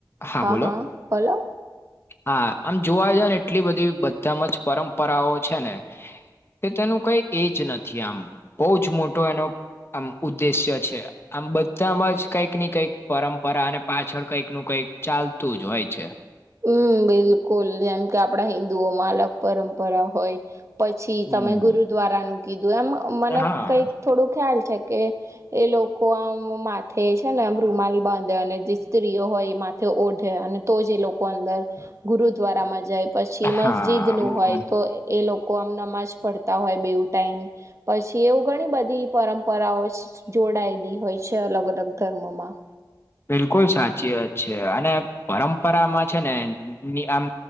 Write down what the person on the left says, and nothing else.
હા
બોલો
હા આમ જોવા જ ને એટલી બધી બધામાં જ પરંપરાઓ છે ને કે તેનું કઈ એજ નથી આમ બહ જ મોટો એનો આમ ઉદ્દેશ્ય છે. આમ બધામાં જ કંઈક ની કઈક પરંપરા અને પાછળ કંઈક નું કઈક ચાલતું જ હોય છે.
હમ.
હા
હા
હમ,
બિલકુલ સાચી વાત છે અને પરંપરામાં છે ને આમ